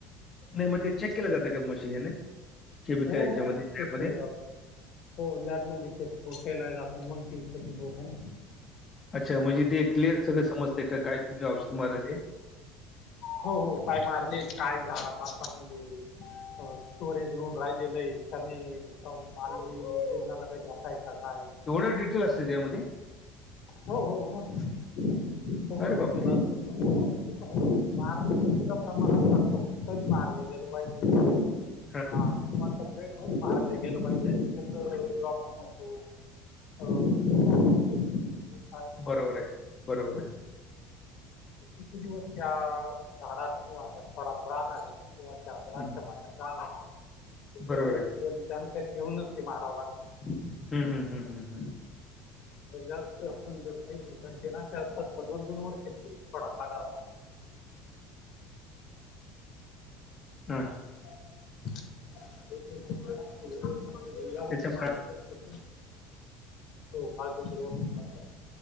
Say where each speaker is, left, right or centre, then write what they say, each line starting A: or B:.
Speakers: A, on the left; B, on the left.
A: नाही मग ते चेक केलं जातं का मशी याने? ते बी
B: हो
A: काय याच्यामध्ये
B: मग
A: लॅबमध्ये?
B: चेक केलं जातं हो लॅबमध्ये चेक केला जात, मग तेची कटिंग होते ना.
A: अच्छा म्हणजे ते क्लिअर सगळ समजते, क काय तुम्ही औषध मारले ते?
B: हो हो काय मारले? काय झाडात आता म्हणजे स्टोरेज अ होऊन राहिलेलं आहे का नाही? मानवी जीवनाला काही धोका आहे का काय?
A: एवढं डिटेल असते त्याच्यामध्ये?
B: हो हो मग? सर्व
A: अरे
B: डिटेल
A: बापरे
B: असत. म्हणून त म ते <unintelligible> मारण्याच सुद्धा प्रमाण आसतात बघ. कधी मारले गेलं पाहिजे आ
A: हा
B: कोणत्या प्रेड मध्ये मारल गेलं पाहिजे, आणि त्याच जॉब म्हणतो अ, जे काय म्हणायचं
A: बरोबर
B: हे
A: आहे,
B: झालं
A: बरोबर
B: तर
A: आहे.
B: ते किती दिवस त्या झाडात किंवा त्या खोडात राहणार आहे किंवा त्या द्राक्ष
A: हम्म,
B: मन्यात जानार हे सगळं
A: बरोबर आहे
B: शेतवाली जानकारी घेऊनच ते मारावं लागत.
A: हम्म हम्म हम्म हम् हम्.
B: जर जास्त आपण जर पाहिले काही कंटेन असे असतात, तर दोन दोन वर्षे ते खोडात आढळता.
A: हां.
B: <inaudible>
A: त्याच्या
B: <unintelligible>
A: हा,